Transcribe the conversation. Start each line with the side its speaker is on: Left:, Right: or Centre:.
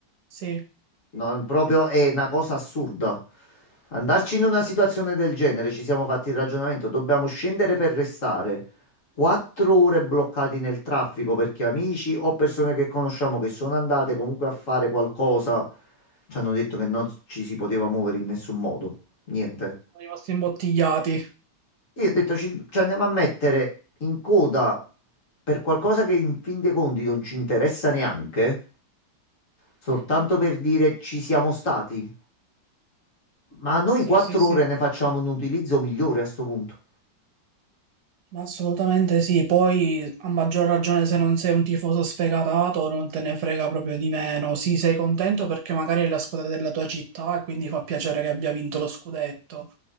Right: Sì,
Left: no, è proprio è una cosa assurda. Andarci in una situazione del genere, ci siamo fatti il ragionamento, dobbiamo scendere per restare quattro ore bloccati nel traffico perché amici o persone che conosciamo che sono andate comunque a fare qualcosa, ci hanno detto che non ci si poteva muovere in nessun modo, niente.
Right: sono rimasti imbottigliati.
Left: Io ho detto ci, ci andiamo a mettere in coda per qualcosa che in fin dei conti non ci interessa neanche, soltanto
Right: Mhm.
Left: per dire ci siamo stati. Ma noi
Right: Sì,
Left: quattro
Right: sì, sì.
Left: ore ne facciamo un utilizzo migliore a sto punto.
Right: Ma Assolutamente sì, poi a maggior ragione se non sei un tifoso sfegatato non te ne frega proprio di meno. Sì, sei contento perché magari è la squadra della tua città e quindi fa piacere che abbia vinto lo scudetto,